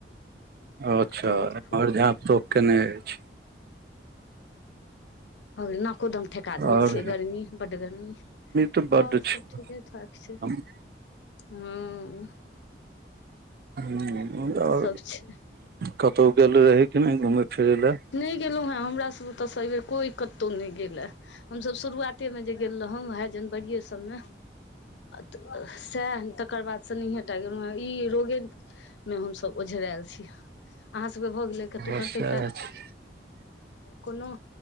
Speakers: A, on the right (about 55°); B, on the left (about 80°).
A: अच्छा
B: रौद
A: और झाप तोप केने अछि
B: हूं नाकोदम ठेका देने
A: आओर
B: छै गर्मी बड्ड गर्मी
A: तऽ बड्ड
B: आऔर
A: छै
B: सब ठीके ठाक छै
A: <inaudible>
B: हं
A: हम्म, आओर
B: सब छै
A: कतहु गेल रहय कि नहि घुमै फिरय लए
B: नहि गेलहुँ हे हमरासभ ओतय से ऐबेेर कोइ कौतौ नहि गेलए हमसभ शुरुआते मे जे गेल रहौ उएह जनवरिए सभमे तऽ सएह तकर बादसँ नहिये टा गेलहुँँ ई रोगे मे हमसभ ओझराल छी अहाँ सबके भऽ गेले
A: समस्या
B: के तू करते
A: अछि
B: कोनो